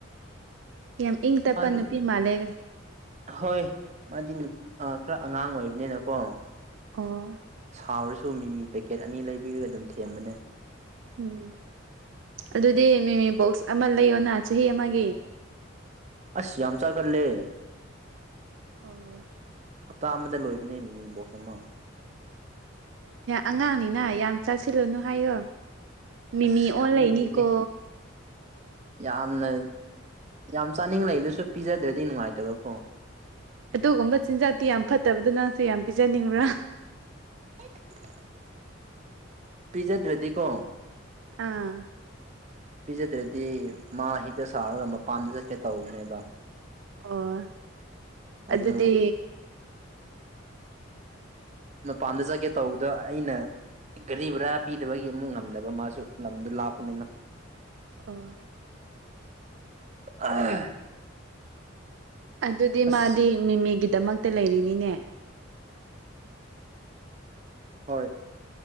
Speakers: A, on the right; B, on the right.
A: ꯌꯥꯝ ꯏꯪ ꯇꯞꯄ
B: ꯃꯥꯗꯤ
A: ꯅꯨꯄꯤ ꯃꯥꯜꯂꯦ
B: ꯍꯣꯏ ꯃꯥꯗꯤ ꯈꯔ ꯑꯉꯥꯡ ꯑꯣꯏꯕꯅꯤꯅꯀꯣ
A: ꯑꯣ
B: ꯁꯥꯎꯔꯁꯨ ꯃꯤꯃꯤ ꯄꯦꯀꯦꯠ ꯑꯅꯤ ꯂꯩꯕꯤꯔꯒ ꯑꯗꯨꯝ ꯊꯦꯝꯕꯅꯦ
A: ꯎꯝ ꯑꯗꯨꯗꯤ ꯃꯤꯃꯤ ꯕꯣꯛꯁ ꯑꯃ ꯂꯩꯌꯣꯅ ꯆꯍꯤ ꯑꯃꯒꯤ
B: ꯑꯁ ꯌꯥꯝ ꯆꯥꯒꯂꯦ
A: ꯑꯣ
B: ꯍꯞꯇꯥ ꯑꯃꯗ ꯂꯣꯏꯕꯅꯦ ꯃꯤ ꯃꯤ ꯕꯣꯛꯁ ꯑꯃ
A: ꯑꯉꯥꯡꯅꯤꯅ ꯌꯥꯝ ꯆꯥꯁꯤꯜꯂꯨꯅꯨ ꯍꯥꯏꯌꯣ ꯃꯤꯃꯤ
B: ꯑꯁ
A: ꯑꯣꯟ
B: ꯈꯪꯗꯦꯅꯦ
A: ꯂꯩꯅꯤꯀꯣ
B: ꯌꯥꯝꯅ ꯌꯥꯝ ꯆꯥꯅꯤꯡ ꯂꯩꯗꯨꯁꯨ ꯄꯤꯖꯗ꯭ꯔꯗꯤ ꯅꯨꯡꯉꯥꯏꯇꯕꯀꯣ
A: ꯑꯗꯨꯒꯨꯝꯕ ꯆꯤꯟꯖꯥꯛꯇꯤ ꯌꯥꯝ ꯐꯠꯇꯕꯗꯨ ꯅꯪꯁꯨ ꯌꯥꯝ ꯄꯤꯖꯅꯤꯡꯕ꯭ꯔꯥ
B: ꯇ <unintelligible> ꯄꯤꯖꯗ꯭ꯔꯗꯤꯀꯣ
A: ꯑꯥ
B: ꯄꯤꯖꯗ꯭ꯔꯗꯤ ꯃꯥ ꯍꯦꯛꯇ ꯁꯥꯎꯔꯒ ꯃꯄꯥꯝꯗ ꯆꯠꯀꯦ ꯇꯧꯕꯅꯦꯕ
A: ꯑꯣ
B: ꯑꯗꯨ
A: ꯑꯗꯨꯗꯤ
B: ꯃꯄꯥꯟꯗ ꯆꯠꯀꯦ ꯇꯧꯕꯗꯣ ꯑꯩꯅ ꯒꯥꯔꯤ ꯕꯔꯥ ꯄꯤꯗꯕꯒꯤ ꯑꯃꯨꯛ ꯉꯝꯗꯕ ꯃꯥꯁꯨ ꯂꯝꯗꯨ ꯂꯥꯞꯄꯅꯤꯅ
A: ꯑꯣ
B: <inaudible>
A: ꯑꯗꯨꯗꯤ
B: ꯑꯁ
A: ꯃꯥꯗꯤ ꯃꯤꯃꯤꯒꯤꯗꯃꯛꯇ ꯂꯩꯔꯤꯅꯤꯅꯦ
B: ꯍꯣꯏ